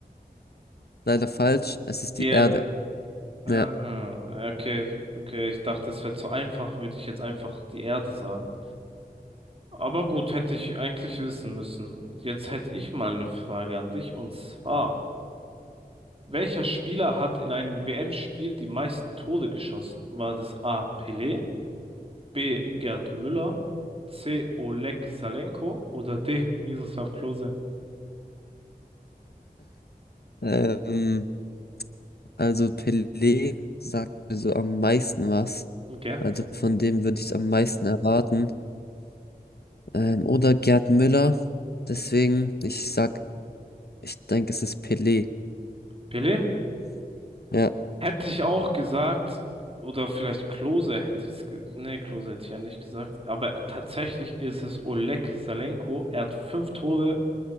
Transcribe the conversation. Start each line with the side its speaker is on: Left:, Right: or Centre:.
Left: Leider falsch, es ist
Right: Die
Left: die
Right: Erde.
Left: Erde.
Right: Ja,
Left: Ja,
Right: ja, okay, okay. Ich dachte, es wäre zu einfach, würde ich jetzt einfach die Erde sagen. Aber gut, hätte ich eigentlich wissen müssen. Jetzt hätte ich mal eine Frage an dich und zwar, welcher Spieler hat in einem WM-Spiel die meisten Tore geschossen? War das A. Pelé, B. Gerd Müller, C. Oleg Salenko oder D. Miroslav Klose?
Left: ähm, also Pelé sagt mir so am meisten was.
Right: Okay.
Left: Also von dem würde ich am meisten erwarten. Ähm, oder Gerd Müller. Deswegen, ich sag, ich denke, es ist Pelé.
Right: Pelé?
Left: Ja.
Right: Hätte ich auch gesagt, oder vielleicht Klose hätte ich es ge nee, Klose hätte ich ja nicht gesagt, aber äh, tatsächlich ist es Oleg Salenko. Er hat fünf Tore